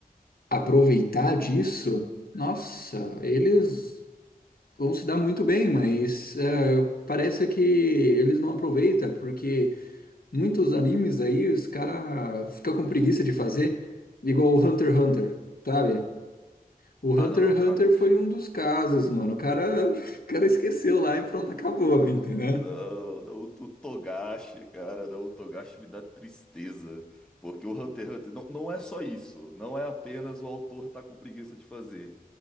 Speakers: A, on the left; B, in the centre.
A: aproveitar disso, nossa, eles vão se dar muito bem, mas é, parece que eles não aproveitam, porque muitos animes aí os caras ficam com preguiça de fazer, igual o Hunter x Hunter, sabe? O Hunter
B: Ah, não, não,
A: x
B: cara.
A: Hunter foi um dos casos, mano. O cara, <laughs> o cara esqueceu lá e pronto, acabou, entendeu?
B: Não, não, o, o Togashi, cara, não, o Togashi me dá tristeza. Porque o Hunter x Hunter não, não é só isso. Não é apenas o autor tá com preguiça de fazer.